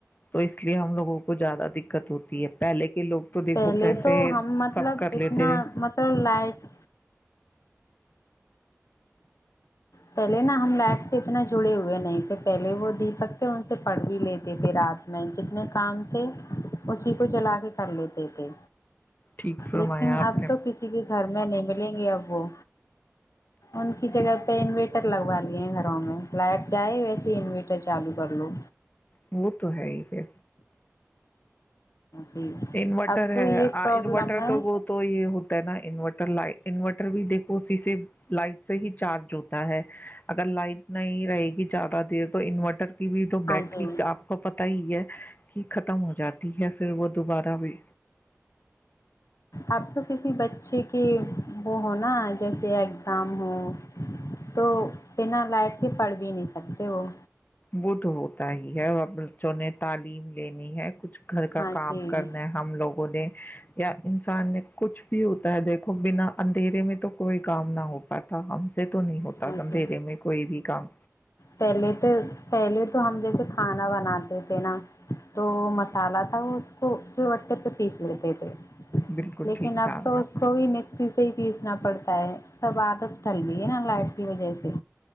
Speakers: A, on the left; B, on the left.
A: تو اس لیے ہم لووں کو زیادہ دقت ہوتی ہے پہلے کے لوگ تو دیکھو
B: پہلے
A: کیسے
B: تو ہم مطلب
A: سب کر لیتے
B: اتنا
A: تھے
B: مطلب لائٹ پہلے نا ہم لب سے اتنا جڑے ہوئے نہیں تھے پہلے وہ دیپک تھے ان سے پڑھ بھی لیتے تھے رات میں جتنے کام تھے اسی کو جلا کے کر لیتے تھے
A: ٹھیک فرمایا
B: لیکن
A: آپ
B: اب
A: نے
B: تو کسی کے گھر میں نہیں مل لیں گے اب وہ ان کی جگہ پہ پہ انویٹر لگوا لیے ہیں گھروں میں لائٹ جائے ویسے ہی انویٹر چالو کر لو
A: وہ تو ہے ہی پھر
B: جی
A: انورٹر
B: اب تو
A: ہے
B: یہ پرابلم
A: انورٹر
B: ہے
A: تو وہ تو یہ ہوتا ہے نا انورٹر لائ انورٹر بھی دیکھ اسی سے لائٹ سے ہی چارج ہوتا ہے اگر لائٹ نہیں رہے گی زیادہ دیر تو انورٹر ویڈو
B: ہاں
A: بیٹری
B: جی
A: کا آپ کو پتا ہی ہے کہ ک خم ہو جاتی ہے پھر وہ دوبارہ بھی
B: اب تو کسی بچے کے وہ ہوناا جیسےگ کاام ہو تو بنا لائٹ کے پڑ بھی نہیں سکتے تو وہ
A: وہ تو ہوتا ہی ہے اور بچوں نے تال بیم لینی ہے کچھ گھر کا
B: ہاں
A: کام
B: جی
A: کرنا ہے ہم لوگوں نے یا انسان نے کچھ بھی ہوتا ہے دیکھو بنا اندھیرے میں تو کوئی کام نہ ہو پات تھا ہم سے تو نہیں ہوتا
B: ہاں
A: اندھیرے
B: جی
A: میں کوئی بھی کام
B: پہلے تو پہلے تو ہم جیسے کھانا بناتے تھے تو مسالا تھا اس کو وٹے پہ پیس لیتے تھے
A: بالکل
B: لیکن
A: ٹھیک کہا
B: اب
A: آپ
B: تو
A: نے
B: اس کو بھی مکسیز ہی پیسنا پڑتا ہے تب عادت ٹل گئی ہے نا لائٹ کی وجہ سے